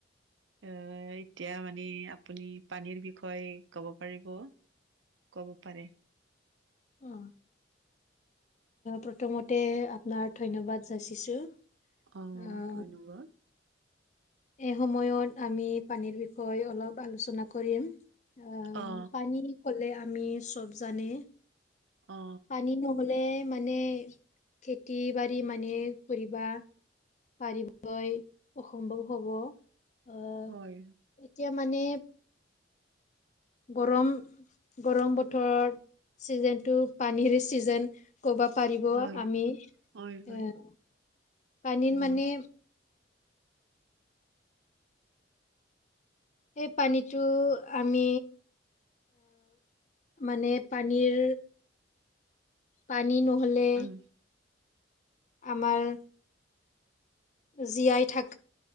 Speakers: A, on the right (about 75°); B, on the left (about 40°).
A: অ, এতিয়া মানে আপুনি পানীৰ বিষয়ে কব পাৰিব। ক'ব পাৰে।
B: অ। প্ৰথমতে আপোনাৰ ধন্যবাদ যাচিছো।
A: অ
B: আহ
A: ধন্যবাদ।
B: এই সময়ত আমি পানীৰ বিষয়ে অলপ আলোচনা কৰিম। আহ
A: অ
B: পানী কলে আমি চব জানে
A: অ
B: পানী নহ'লে। মানে মানে খেতি বাৰী মানে কৰিবা। পাৰিবই অসম্ভৱ হ'ব। আহ
A: হয়।
B: এতিয়া মানে গৰম গৰম বতৰত চিজনেটো পানীৰৰে ছিজন। ক'ব পাৰিব
A: হয়
B: আমি এ
A: হয় হয়
B: পানীৰ
A: উম
B: মানে এই পানীটো আমি মানে পানীৰ পানী নহ'লে
A: উম
B: আমাৰ জীয়াই থাক